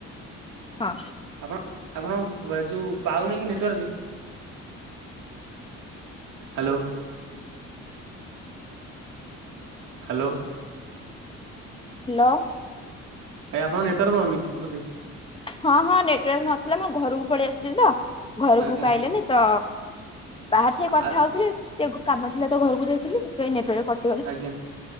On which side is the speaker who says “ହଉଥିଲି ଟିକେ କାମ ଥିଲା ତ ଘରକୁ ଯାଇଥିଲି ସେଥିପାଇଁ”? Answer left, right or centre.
Left